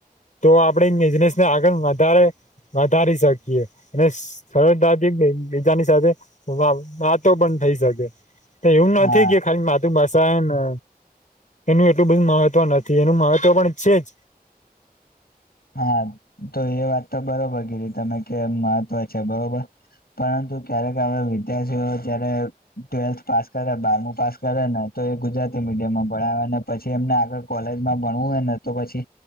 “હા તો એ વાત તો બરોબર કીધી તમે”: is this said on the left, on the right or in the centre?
Left